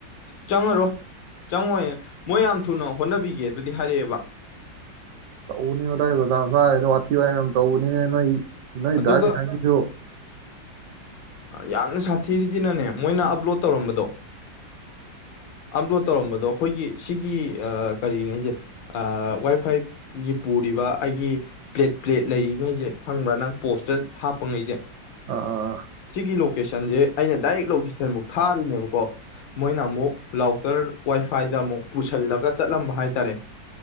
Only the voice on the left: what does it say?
ꯆꯪꯉꯔꯣ ꯆꯪꯉꯣꯏ ꯃꯣꯏ ꯌꯥꯝ ꯊꯨꯅ ꯍꯣꯠꯅꯕꯤꯒꯦ ꯑꯗꯨꯗꯤ ꯍꯥꯏꯔꯛꯑꯦꯕ
ꯑꯗꯨꯒ
ꯌꯥꯝꯅ ꯁꯥꯊꯤꯔꯤꯁꯤꯅꯅꯦ ꯃꯣꯏꯅ ꯑꯞꯂꯣꯗ ꯇꯧꯔꯝꯕꯗꯣ ꯑꯞꯂꯣꯗ ꯇꯧꯔꯝꯕꯗꯣ ꯑꯩꯈꯣꯏꯒꯤ ꯁꯤꯒꯤ ꯀꯔꯤꯉꯩꯁꯦ ꯋꯥꯏ ꯐꯥꯏ ꯒꯤ ꯄꯨꯔꯤꯕ ꯑꯩꯒꯤ ꯄ꯭ꯂꯦꯠ ꯄ꯭ꯂꯦꯠ ꯂꯩꯔꯤꯉꯩꯁꯦ ꯈꯪꯕ꯭ꯔꯥ ꯅꯪ ꯄꯣꯁꯇꯞ ꯄꯨꯡꯉꯩꯁꯦ
ꯁꯤꯒꯤ ꯂꯣꯀꯦꯁꯟꯁꯦ ꯑꯩꯅ ꯗꯥꯏꯔꯦꯛ ꯂꯣꯀꯦꯁꯟꯐꯨꯛ ꯊꯥꯔꯤꯅꯦꯕꯀꯣ ꯃꯣꯏꯅ ꯑꯃꯨꯛ ꯂꯥꯎꯇꯔ ꯋꯥꯏꯐꯥꯏꯗ ꯑꯃꯨꯛ ꯄꯨꯁꯤꯜꯂꯒ ꯆꯠꯂꯝꯕ ꯍꯥꯏ ꯇꯔꯦ